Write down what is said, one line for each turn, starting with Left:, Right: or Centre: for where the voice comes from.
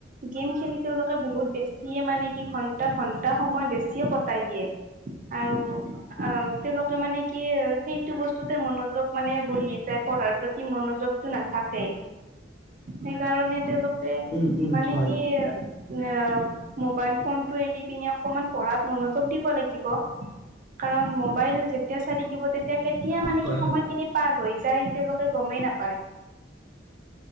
Right: গেম খেলি তেওঁলোকে বহুত বেছ- চিয়ে মানে কি ঘন্টা ঘণ্টা সময় বেছিও কটাই দিয়ে। আৰু অ তেওঁলোকে মানে কি সেইটো বস্তুতে মনোযোগ মানে বহি যায় পঢ়াৰ প্ৰতি মনোযোগটো নাথাকে। সেইকাৰণে তেওঁলোকে
Left: উম উম
Right: মানে
Left: হয়
Right: কি এ মোবাইল ফোনটো এৰি পিনে অকমান পঢ়াত মনোযোগ দিব লাগিব। কাৰণ মোবাইল যেতিয়া চাই থাকিব তেতিয়া কেতিয়া মানে
Left: হয়
Right: কি সময়খিনি
Left: হয়
Right: পাৰ হৈ যায় তেওঁলোকে গমেই নাপায়।